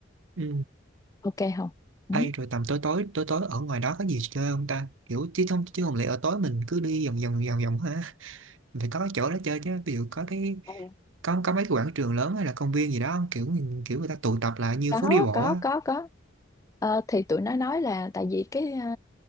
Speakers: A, on the right; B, on the left.
A: ừ
B: ok không ừ.
A: ai rồi tầm tối tối tối tối ở ngoài đó có gì chơi không ta kiểu chứ không chứ không lẽ ở tối mình cứ đi vòng vòng vòng vòng ha phải có cái chỗ đó chơi chứ ví dụ có cái
B: Ừ.
A: có có mấy cái quảng trường lớn hay là công viên gì đó không? kiểu kiểu người ta tụ tập lại như
B: có
A: phố đi bộ
B: có
A: á
B: có có Ờ, thì tụi nó nói là tại vì cái ờ,